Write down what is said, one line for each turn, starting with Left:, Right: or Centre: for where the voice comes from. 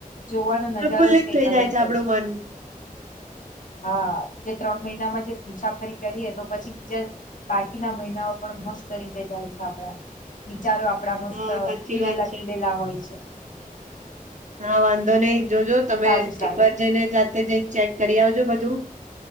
Left: જોવાનો
Right: પ્રફુલ્લીત
Left: નજારો જ કઈક
Right: થઇ
Left: અલગ
Right: જાય છે,
Left: હોય
Right: આપડું મન
Left: હા જે ત્રણ મહિનામાં જે મુસાફરી કરીએ તો પછી <unintelligible> બાકીના મહિનાઓ પણ મસ્ત રીતે જાય છે, આપડા વિચારો આ પડા મસ્ત
Right: હા સાચી
Left: ખીલેલા
Right: વાત છે
Left: ખીલેલા હોય છે.
Right: હા વાંધો નહી જોજો તમે
Left: સારું સારું
Right: એક વાર જઈને જા તે જઈને ચેક કરી આવજો બધું